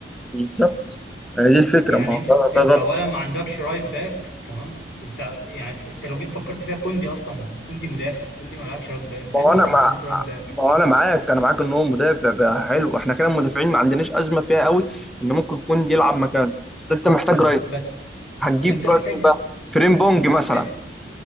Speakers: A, in the centre; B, on the left (about 80°).
A: بالظبط هي دي الفكره
B: يعني
A: ما هو
B: انت
A: ده
B: انت
A: ده غلط
B: اولا ما عندكش رايت باك تمام انت يعني في- انت لو جيت فكرت فيها كوندي اصلا ما هو كوندي مدافع كوندي ما لعبش رايت باك انت
A: ما
B: انت
A: هو انا
B: اللي خليته رايت باك
A: ما هو انا معاك انا معاك ان هو مدافع بقى حلو احنا كده المدافعين ما عندناش ازمه فيها قوي ان ممكن يكون يلعب مكانه بس انت محتاج
B: بز...
A: رايت
B: بس
A: هتجيب
B: انت محتاج
A: رايت مين بقى فريم بونج مثلا
B: اه